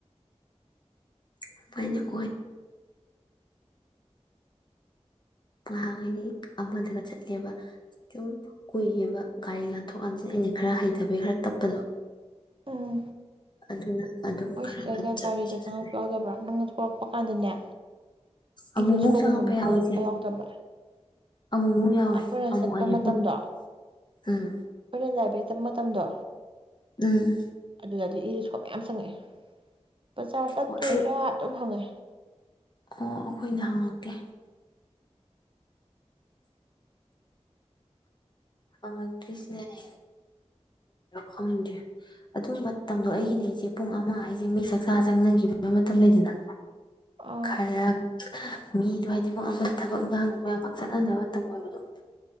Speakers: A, on the left (about 40°); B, on the right (about 50°).
A: ꯑꯗꯨꯃꯥꯏꯅ ꯑꯣꯏ ꯉꯍꯥꯟ ꯍꯥꯏꯗꯤ ꯑꯃꯗꯒ ꯆꯠꯂꯦꯕ ꯁꯨꯝ ꯀꯨꯏꯌꯦꯕ ꯒꯥꯔꯤ ꯂꯥꯟꯊꯣꯛ ꯂꯥꯟꯁꯤꯟ ꯑꯩꯅ ꯈꯔ ꯍꯩꯇꯕꯩ ꯈꯔ ꯇꯞꯄꯗꯣ
B: ꯎꯝ
A: ꯑꯗꯨꯅ ꯑꯗꯨꯝ
B: ꯍ
A: ꯈꯔ
B: ꯁꯤꯗꯩꯗ
A: ꯉꯟꯅ ꯆꯠꯄꯁꯨ
B: ꯒꯥꯔꯤꯗꯣ ꯆꯪꯉꯛꯄ
A: ꯆꯠꯂꯦ
B: ꯌꯥꯎꯗꯕ꯭ꯔꯥ ꯅꯪꯅ ꯊꯣꯛꯂꯛꯄ ꯄꯄꯀꯥꯟꯗꯅꯦ
A: ꯑꯃꯨꯛꯃꯨꯛ
B: ꯏꯔꯣꯏ ꯁꯣꯒꯨꯝꯕꯅꯇ
A: ꯆꯪꯉꯛꯄ ꯌꯥꯎꯋꯦ ꯏꯆꯦ
B: ꯌꯥꯎꯗꯕ꯭ꯔꯥ
A: ꯑꯃꯨꯛꯃꯨꯛ ꯌꯥꯎꯏꯦ
B: ꯑꯩꯈꯣꯏꯅ
A: ꯑꯃꯨꯛ
B: ꯆꯠꯄ
A: ꯑꯅꯤ
B: ꯃꯇꯝꯗꯣ
A: ꯎꯝ
B: ꯑꯩꯈꯣꯏꯅ ꯂꯥꯏꯕ꯭ꯔꯦꯔꯤ ꯆꯠꯄ ꯃꯇꯝꯗꯣ
A: ꯎꯝ
B: ꯑꯗꯨꯗꯗꯤ ꯏꯒꯤ ꯁꯣ ꯃꯌꯥꯝ ꯆꯪꯉꯛꯑꯦ ꯕꯖꯥꯔ ꯆꯠꯇꯣꯏꯔꯥ
A: ꯍꯣꯏ ꯑꯩ
B: ꯑꯗꯨꯝ ꯍꯪꯉꯦ
A: ꯑꯣ ꯑꯩꯈꯣꯏꯅ ꯍꯪꯉꯛꯀꯦ ꯍꯪꯉꯛꯇ꯭ꯔꯤꯁꯤꯅꯅꯦ ꯈꯪꯗ꯭ꯦ ꯑꯗꯨ ꯃꯇꯝꯗꯣ ꯑꯩꯒꯤꯅꯦ ꯑꯩꯁꯦ ꯄꯨꯡ ꯑꯃ ꯍꯥꯏꯁꯦ ꯃꯤ ꯆꯥꯛꯆꯥ ꯆꯪꯅꯈꯤꯕ ꯃꯇꯝ ꯂꯩꯗꯅ
B: ꯑꯥ
A: ꯈꯔ ꯃꯤꯗꯣ ꯍꯥꯏꯗꯤ ꯄꯨꯡ ꯑꯃ ꯊꯕꯛ ꯉꯥꯡꯕ ꯆꯠꯍꯟꯗꯕ ꯃꯇꯝ ꯑꯣꯏꯕꯗꯣ